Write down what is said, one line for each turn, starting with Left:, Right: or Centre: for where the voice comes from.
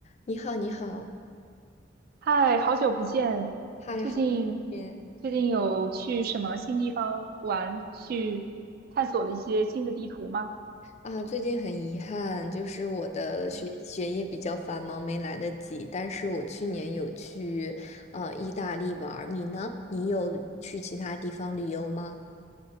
Left: 你好，你好，
Right: 嗨，好久不见！
Left: 嗨，
Right: 最近
Left: 好久不见
Right: 最近有去什么新地方玩，去探索了一些新的地图吗？
Left: 啊！最近很遗憾，就是我的学学业比较繁忙，
Right: 嗯
Left: 没来得及。但是我去年有去呃意大利玩儿，你呢？你有去其他地方旅游吗？